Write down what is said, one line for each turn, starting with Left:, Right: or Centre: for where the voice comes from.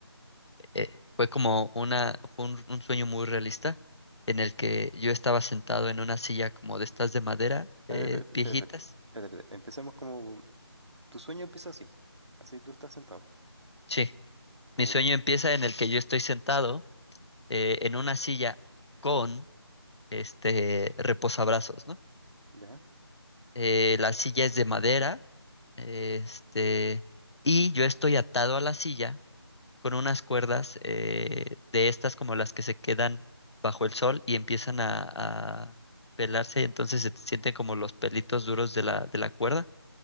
Left: eh, fue como una, fue un, un sueño muy realista en el que yo estaba sentado en una silla como de estas de madera, eh,
Right: A ver, espérate, espérate,
Left: viejitas.
Right: espérate, espérate, espérate. Empecemos como... Tu sueño empieza así. Así tú estás sentado.
Left: Sí,
Right: Ahí
Left: mi sueño
Right: el-
Left: empieza en el que yo estoy sentado eh, en una silla con este reposabrazos, ¿no?
Right: ¿Ya?
Left: eh, la silla es de madera, este, y yo estoy atado a la silla con unas cuerdas eh, de estas como las que se quedan bajo el sol y empiezan a, a pelarse, y entonces se sienten como los pelitos duros de
Right: Ah,
Left: la,
Right: ya.
Left: de la cuerda.